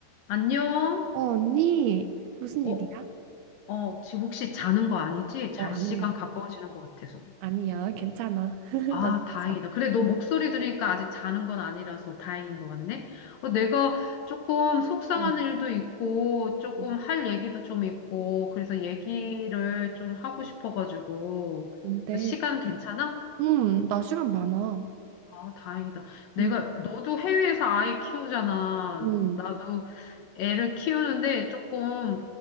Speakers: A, on the left; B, on the right.
A: 안녕?
B: 어, 언니, 무슨
A: 어,
B: 일이야?
A: 어, 지금 혹시 자는 거 아니지? 잘
B: 어, 아니야.
A: 시간 가까워지는 것 같아서.
B: 아니야, 괜찮아. <laughs>
A: 아,
B: 나 늦었어.
A: 다행이다. 그래, 너 목소리 들으니까 아직 자는 건 아니라서 다행인 것 같네. 어, 내가 조금 속상한
B: 응,
A: 일도 있고, 조금
B: 응.
A: 할 얘기도 좀 있고, 그래서 얘기를 좀 하고 싶어가지고.
B: 뭔데?
A: 시간 괜찮아?
B: 응 나 시간 많아.
A: 아, 다행이다. 내가,
B: 응.
A: 너도 해외에서 아이 키우잖아.
B: 응,
A: 나도 애를 키우는데 조금